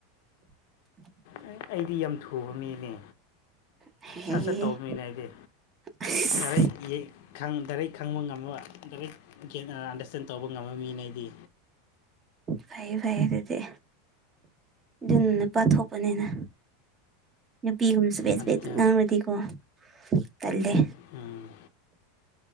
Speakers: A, on the right; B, on the left.
A: <inaudible>
B: ꯑꯩ ꯑꯩꯗꯤ ꯌꯥꯝ ꯊꯨꯕ ꯃꯤꯅꯦ꯫
A: ꯍꯦꯍꯦꯍꯦ
B: ꯁꯠ-ꯁꯠ ꯇꯧꯕ ꯃꯤꯅꯦ ꯑꯩꯗꯤ
A: ꯑꯁ
B: ꯌꯥꯔꯩ ꯌꯦ ꯈꯪ ꯗꯥꯏꯔꯦꯛ ꯈꯪꯕ ꯉꯝꯕ ꯗꯥꯏꯔꯦꯛ ꯀꯦ ꯑꯟꯗ꯭ꯔꯁꯇꯦꯟ ꯇꯧꯕ ꯉꯝꯕ ꯃꯤꯅꯦ ꯑꯩꯗꯤ꯫
A: ꯐꯌꯦ ꯐꯌꯦ ꯑꯗꯨꯗꯤ꯫ ꯑꯗꯨꯅ ꯅꯨꯄꯥ ꯊꯣꯛꯄꯅꯤꯅ ꯅꯨꯄꯤꯒꯨꯝꯕꯁꯨ ꯄꯦꯠ-ꯄꯦꯠ
B: ꯑꯗꯨ
A: ꯉꯥꯡꯂꯗꯤꯀꯣ ꯇꯜꯂꯦ꯫
B: ꯎꯝ꯫